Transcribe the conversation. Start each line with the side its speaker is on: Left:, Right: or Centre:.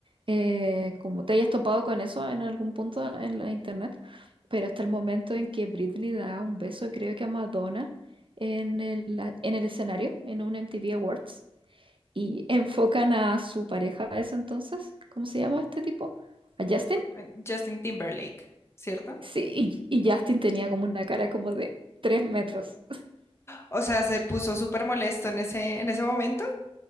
Right: eh, como te hayas topado con eso en algún punto en la internet. Pero hasta el momento en que Britney da un beso, creo que a Madonna en el, en el escenario, en un MTV Awards, y enfocan a su pareja de ese entonces. ¿Cómo se llama este tipo? ¿A Justin?
Left: eh, Justin Timberlake, ¿cierto?
Right: Sí, y, y Justin tenía como una cara como de tres metros.
Left: O sea, se puso súper molesto en ese, en ese momento.